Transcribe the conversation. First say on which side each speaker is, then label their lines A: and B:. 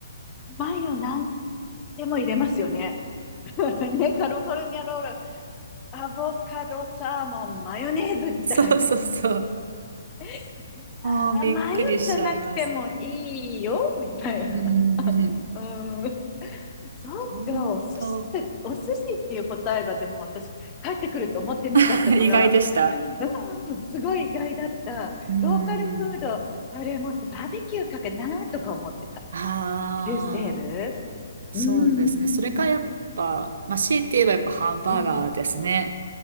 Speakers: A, on the left; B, on the right.
A: マヨ何でも入れますよね。<laughs> ね、カリフォルニアロール、アボカド、サーモン、マヨネーズみたいな。
B: そうそうそう。
A: <laughs> い
B: もうびっくりしちゃいます。
A: やー、マヨじゃなくてもいいよ、みたいな。
B: うんうんうん。
A: うん。そうか、
B: 本当、
A: お寿司って、お寿司っていう答えがでも私、帰ってくると思ってなかったから、
B: <laughs> 意外でした。
A: うん、すごい意外だった。
B: うん。
A: ローカルフード、あれもっとバーベキューかかなとか思ってた。
B: ああ。
A: 中西部
B: そうですね。
A: うんうん
B: それかやっぱ、まあ、強いて言えばやっぱハンバーガーですね。
A: うんうん